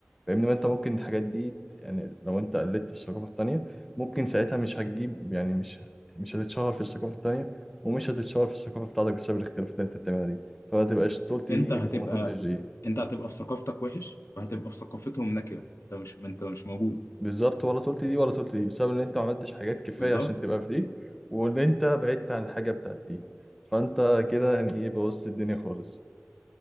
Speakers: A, in the centre; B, on the left.
A: فاهمني ما انت ممكن الحاجات دي يعني لو انت قلدت الثقافة التانية ممكن ساعتها مش هتجيب يعني مش مش هتتشهر في الثقافة التانية ومش هتتشهر في الثقافة بتاعتك بسبب الاختلافات اللي انت بتعملها دي فما تبقاش طولت
B: انت
A: دي
B: هتبقى
A: وما طولتش دي
B: انت هتبقى في ثقافتك وحش وهتبقى في ثقافتهم نكره انت مش انت مش موجود
A: بالظبط ولا طولت دي ولا طولت دي بسبب ان انت ما عملتش حاجات كفايه
B: بالظبط
A: عشان تبقى في دي وان انت بعدت عن الحاجه بتاعت دي فانت كده يعني ايه بوظت الدنيا خالص